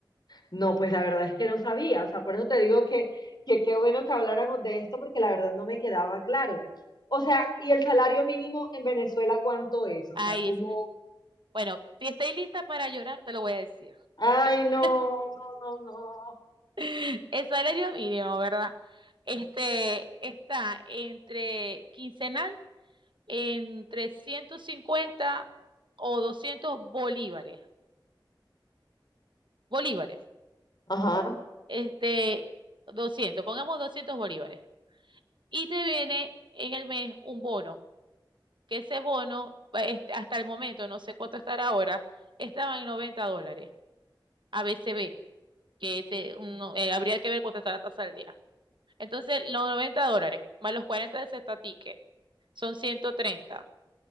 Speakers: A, on the left (about 55°); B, on the right (about 70°).
A: No, pues la verdad es que no sabía. O sea, por eso te digo que, que qué bueno que habláramos de esto porque la verdad no me quedaba claro. O sea, ¿y el salario mínimo en Venezuela cuánto es? O
B: ay
A: sea, ¿cómo?
B: es. Bueno, si estáis lista para llorar, te lo voy a decir.
A: Ay,
B: <laughs>
A: no, no, no, no.
B: El salario mínimo, ¿verdad? Este está entre quincenal entre cincuenta o 200 bolívares. Bolívares.
A: Ajá,
B: Este, doscientos pongamos doscientos bolívares. Y te viene en el mes un bono, que ese bono, este, hasta el momento, no sé cuánto estará ahora, estaba en 90 dólares, a ABCB, que ese, uno- eh, habría que ver cuánto está la tasa del día. Entonces, los 90 dólares, más los 40 de ese estatique, son 130